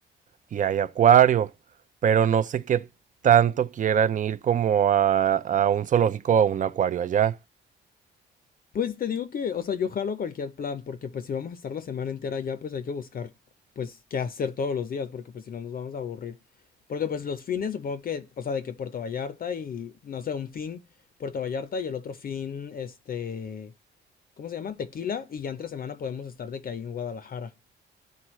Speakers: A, on the right; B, on the left.
A: y hay acuario, pero no sé qué tanto quieran ir como a, a un zoológico o a un acuario allá.
B: Pues te digo que, o sea, yo jalo cualquier plan, porque pues si vamos a estar la semana entera allá pues hay que buscar, pues, qué hacer todos los días, porque pues si no nos vamos a aburrir. Porque pues los fines, supongo que, o sea, de que Puerto Vallarta y, no sé, un fin Puerto Vallarta y el otro fin, este... ¿cómo se llama? Tequila, y ya entre semana podemos estar de que ahí en Guadalajara.